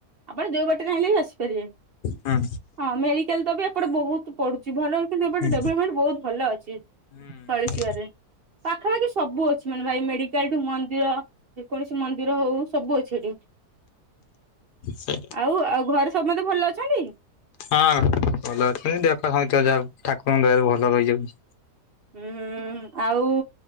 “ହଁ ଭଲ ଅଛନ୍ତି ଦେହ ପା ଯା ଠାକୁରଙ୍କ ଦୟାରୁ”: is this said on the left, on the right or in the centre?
Left